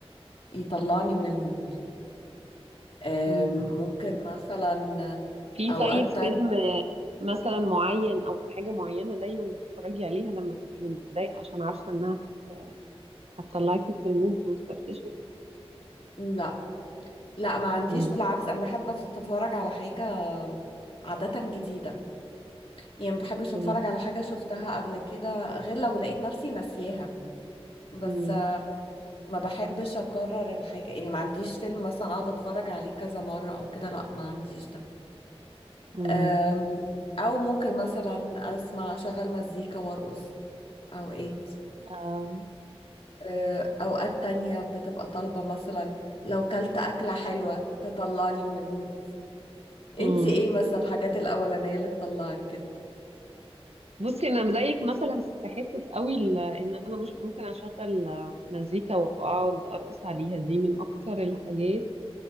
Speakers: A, on the left; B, on the right.
A: يطلعني من المود أم،
B: مم.
A: ممكن مثلا
B: في
A: اوقات
B: طيب فيلم
A: تانية
B: آه، مثلا معين او حاجة معينة دايما بتتفرجي عليها لما تبقي متضايقة عشان عارفة انها هت- هتطلعك من المود وتفرفشك
A: لا لا ما عنديش
B: مم.
A: بالعكس انا بحب اتفرج على حاجة عادة جديدة يعني ما بحبش اتفرج
B: جميل.
A: على حاجة شفتها قبل كده غير لو لقيت نفسي ناسياها بس
B: مم.
A: آه، ما بحبش اكرر الحاجة يعني ما عنديش فيلم مثلا اقعد اتفرج عليه كذا مرة او كده لا ما عنديش ده
B: مم.
A: أم، او ممكن مثلا اسمع اشغل مزيكا وارقص اوقات
B: آه.
A: آه، اوقات تانية بتبقى طالبة مثلا لو كلت اكلة حلوة تطلعني من المود
B: مم.
A: انت ايه مثلا الحاجات الاولانيه اللي تطلعك كده
B: بصي انا زيك مثلا في حته قوي ال- ان انا مش ممكن اشغل مزيكا واقعد ارقص عليها دي من اكتر الحاجات